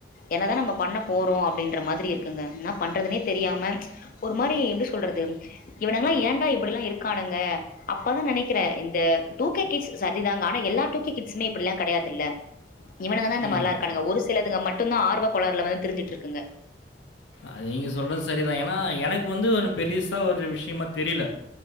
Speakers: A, on the left; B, on the left.
A: என்னதா நம்ம பண்ண போறோ அப்டின்ற மாதிரி இருக்குங்க நம் பண்றதுனே தெரியாம ஒரு மாரி எப்டி சொல்றது இவனுங்கிலா ஏண்டா இப்டில்லா இருக்கானுங்க அப்பதா நெனக்கிறே இந்த டூக்கே கிட்ஸ் சரிதாங்க ஆனா எல்லா டூக்கே கிட்ஸ்மே இப்டி எல்லா கெடையாதுல்ல இவனுங்க தா இந்த மாரிலா
B: ம்
A: இருக்கானுங்க ஒரு சிலதுங்க மட்டுதா ஆர்வ கேளாருல வந்து திரிஞ்சிட்ருக்குங்க
B: அது நீங்க சொல்றது சரிதா ஏனா எனக்கு வந்து ஒரு பெருசா ஒரு விஷயமா தெரில